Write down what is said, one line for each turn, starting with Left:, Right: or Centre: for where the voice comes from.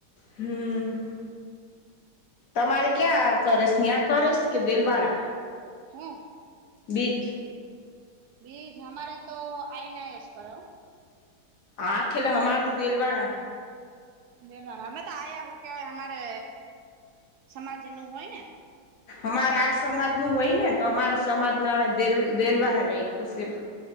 Left: હમ. તમારે ક્યાં કરેસ, ન્યાં કરેસ કે દેલવાળા?
Right: હુ?
Left: બીજ
Right: બીજ હમારે તો આઈ ને આઈસ કરે હો
Left: આ ખેલા હમાર તો દેલવાડા
Right: દેલવાડા, મે તો આયા, હું કેવાય અમારે સમાજ નું હોય ને
Left: અમારા આ સમાજ નું હોય ને તો અમારા સમાજ ના દેલવા દેલવારા રાઈખુ સે. <inaudible>